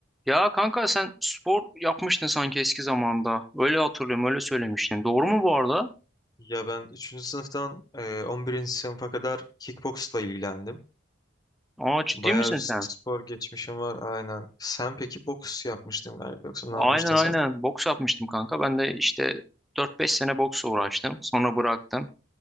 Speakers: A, in the centre; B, on the left.
A: Ya kanka sen spor yapmıştın sanki eski zamanda. Öyle hatırlıyorum, öyle söylemiştin. Doğru mu bu arada?
B: Ya ben üçüncü sınıftan e, on birinci sınıfa kadar kickboxla ilgilendim.
A: Aa ciddi
B: Bayağı
A: misin
B: bir
A: sen?
B: spor geçmişim var aynen. Sen peki boks yapmıştın galiba yoksa ne
A: Aynen
B: yapmıştın
A: aynen.
B: sen?
A: Boks yapmıştım kanka. Ben de işte dört beş sene boksla uğraştım. Sonra bıraktım.